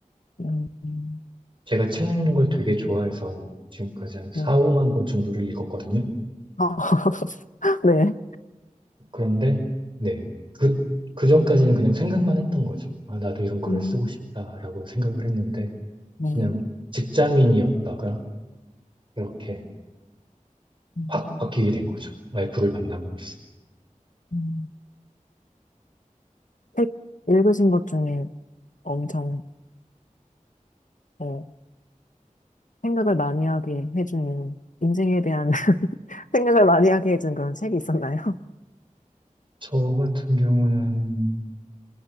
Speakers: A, on the left; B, on the right.
A: 음, 음,
B: 제가 책 읽는 걸 되게 좋아해서 지금까지 한 4,
A: 음.
B: 5만 권 정도를 읽었거든요.
A: 아, <laughs> 네.
B: 그런데, 네. 그, 그 전까지는 그냥 생각만 했던 거죠. 아, 나도 이런 글을
A: 음.
B: 쓰고 싶다라고 생각을 했는데,
A: 네.
B: 그냥 직장인이었다가 이렇게
A: 음,
B: 확 바뀌게 된 거죠. 와이프를 만남으로써.
A: 음. 책 읽으신 것 중에 엄청 어, 생각을 많이 하게 해주는 인생에 대한 <laughs> 생각을 많이 하게 해준 그런 책이 있었나요?
B: 저 같은 경우는